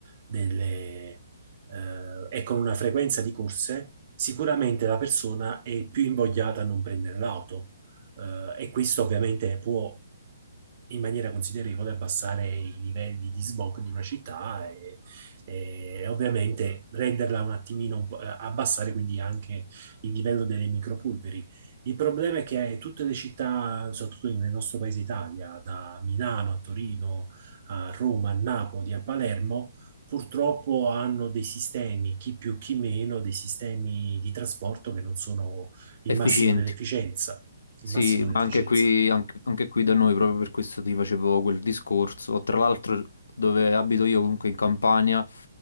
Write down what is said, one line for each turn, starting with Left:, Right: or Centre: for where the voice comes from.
Right: delle, eh, e con una frequenza di corse, sicuramente la persona è più invogliata a non prendere l'auto. Eh, e questo ovviamente può in maniera considerevole abbassare i livelli di smog di una città e, e ovviamente renderla un attimino, un po', eh, abbassare quindi anche il livello delle micropolveri. Il problema è che tutte le città, soprattutto nel nostro paese Italia, da Milano a Torino, a Roma, a Napoli, a Palermo, purtroppo hanno dei sistemi, chi più chi meno, dei sistemi di trasporto che non sono il
Left: efficienti.
Right: massimo dell'efficienza.
Left: Sì,
Right: Il massimo
Left: ma
Right: dell'efficienza.
Left: anche qui, anche, anche qui da noi, proprio per questo ti facevo quel discorso. Tra l'altro, dove abito io, comunque in Campania,